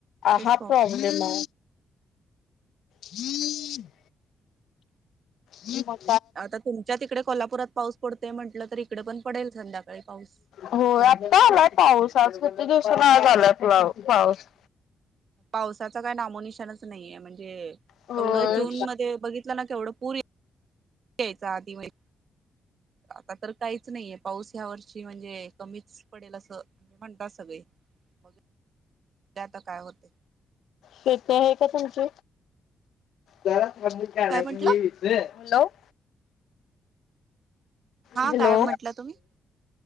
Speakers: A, on the right; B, on the left.
A: तेच
B: हा
A: प्रॉब्लेम
B: प्रॉब्लेमे. हम्म. <inaudible> ह् <inaudible>
A: आता तुमच्या तिकडे कोल्हापुरात पाऊस पडतोय म्हटलं तर इकडे पण पडेल संध्याकाळी पाऊस आमच्या
B: हो
A: इकडे
B: आता आला पाऊस आज होते दिवसा आज आलाय पाऊ पाऊस.
A: पावसाचा काय नामोनिशनच नाहीये म्हणजे,
B: होय
A: एवढं जून मध्ये बघितलं ना के एवढं पूर यायचा अतिव्हायच, आता तर काहीच नाहीये पाऊस. त्या वर्षी म्हणजे कमीच पडेल अस म्हणतात सगळे मग बघुया आता काय होते.
B: शेती आहे का तुमची. हॅलो.
A: काय म्हटलं हा
B: हॅलो.
A: काय म्हटलं तुम्ही